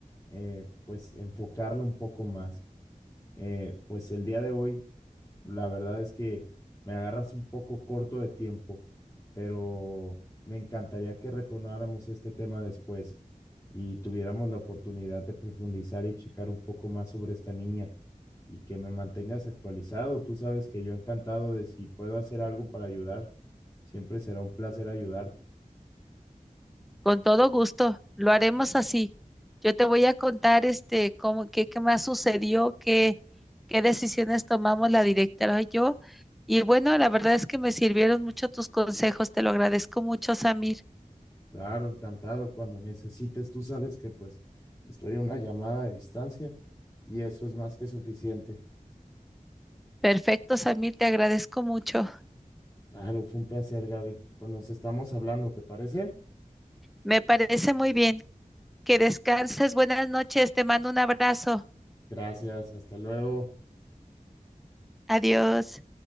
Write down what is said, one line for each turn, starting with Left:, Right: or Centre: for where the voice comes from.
Left: eh, pues, enfocarlo un poco más. Eh, pues el día de hoy la verdad es que me agarras un poco corto de tiempo, pero me encantaría que retomáramos este tema después y tuviéramos la oportunidad de profundizar y checar un poco más sobre esta niña y que me mantengas actualizado. Tú sabes que yo encantado de si puedo hacer algo para ayudar, siempre será un placer ayudarte.
Centre: Con todo gusto, lo haremos así. Yo te voy a contar este cómo qué, qué más sucedió, qué, qué decisiones tomamos la directora y yo. Y bueno, la verdad es que me sirvieron mucho tus consejos, te lo agradezco mucho, Samir.
Left: Claro, encantado. Cuando necesites, tú sabes que pues estoy a una llamada de distancia y eso es más que suficiente.
Centre: Perfecto, Samir, te agradezco mucho.
Left: Claro, fue un placer, Gaby. Pues nos estamos hablando, ¿te parece?
Centre: Me parece muy bien. que descanses. Buenas noches, te mando un abrazo.
Left: Gracias, hasta luego.
Centre: Adiós.